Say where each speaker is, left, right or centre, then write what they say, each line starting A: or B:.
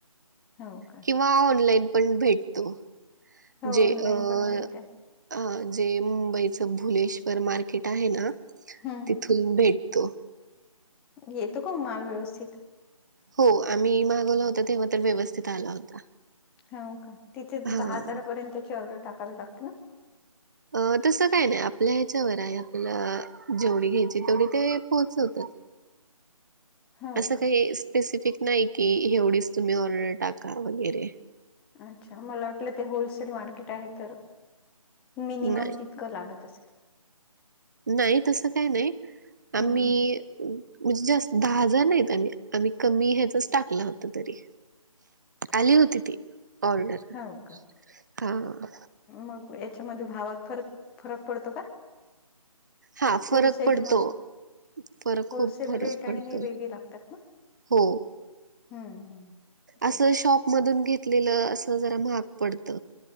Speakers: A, in the centre; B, on the right.
A: हो का?
B: किंवा ऑनलाईन पण भेटतो.
A: हो
B: जे
A: ऑनलाईन
B: अ-
A: पण मिळते
B: अ. जे मुंबईच भुलेश्वर मार्केट आहे ना?
A: हम्म
B: तिथून भेट- -तो.
A: येतो का माल व्यवस्थित?
B: हो. आम्ही मागवला होता तेव्हा तर व्यवस्थित आला होता.
A: हो का? तिथे तर
B: हा.
A: दहा हजारापर्यंतची ऑर्डर टाकावी लागते ना?
B: अ. तसं काय नाही. आपल्या ह्याच्यावर आहे आपलं- जेवढी घ्यायची तेवढी ते पोहोचवतात.
A: हो
B: असं
A: का
B: काही स्पेसिफिक नाही कि एवढीच तुम्ही ऑर्डर टाका वगैरे.
A: अच्छा. मला वाटलं ते होलसेल मार्केट आहे तर मिनिमम
B: नाही,
A: त- -कं लागत असेल.
B: नाही तसं काही नाही. पण
A: हम्म
B: मी
A: हम्म.
B: - म्हणजे जास्त दहा हजार नाहीत. आम्ही आम्ही कमी ह्याचच टाकल होत तरी. आली होती ती ऑर्डर.
A: हो का?
B: हो.
A: मग याच्यामध्ये भावात फर फरक पडतो का?
B: हां. फरक
A: होलसेल
B: पडतो.
A: मध्ये
B: फरक
A: होलसेल
B: खूप फरक
A: रेट आणि
B: पडतो.
A: हे वेगळे लागतात ना?
B: हो.
A: हम्म हम्म. तेच
B: अस शॉप मधून घेतलेलं अस जरा महाग पडत.